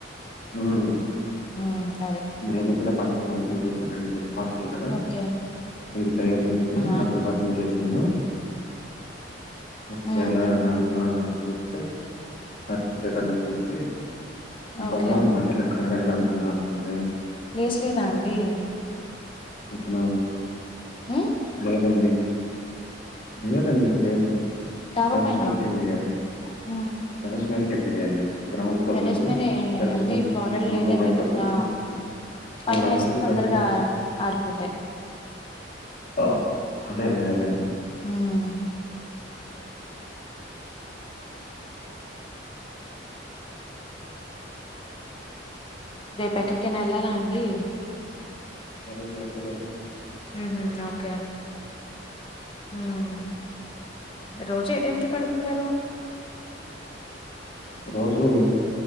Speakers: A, on the left (about 45°); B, on the left (about 30°).
A: ఉమ్
B: ఆ అదే
A: నేనప్పుడే బట్టలు వాషింగ్ చేశానండి పార్సల్ కదా
B: ఓకే
A: ఇంత టైం అవుతుంది
B: ఆహా
A: బట్టలు వాషింగ్ చేసాను ఒకవేళ
B: హ్మ్
A: ఆ హా చూసి అస్తుదన్న చూసి బా
B: ఓకే
A: బట్టల ఎక్కడ ఆరేయాల అర్థం కావటం లేదు
B: హ్మ్ ప్లేస్ లేదా అండి
A: ఇతనెవరు
B: ఉమ్
A: లేేదండి లేదండి ప్లేస్
B: డాబా
A: టెర్రస్
B: పైన?
A: మీదకి వెళ్ళి వెయ్యాలి
B: హ్మ్
A: టెర్రస్ మీదకి వెళ్లి వెయ్యాలి గ్రౌండ్ ఫ్లోర్
B: టెర్రస్
A: నుండి
B: మీద ఏయండి
A: టెర్రస్
B: అంటే
A: మీదకి
B: ఇప్పుడు ఆల్రెడీ లేట్
A: మూడంతస్తులు
B: అయిపోయింది కదా!
A: పైకి వెళ్ళాలి
B: పైన
A: మూడు అంతస్తులు
B: ఏస్తే తొందరగా
A: పైకి వెళ్ళి ఎక్కాలి
B: ఆరిపోతాయి
A: ఓహ్ అదే అదే అదే అదే
B: హ్మ్ రేపు ఎక్కడికైనా వెళ్ళాలా అండి
A: ఎక్కడికెళ్ళాను?
B: హ్మ్ హు ఓకే హ్మ్ రోజు ఏ టైం కి పడుకుంటారు
A: రోజు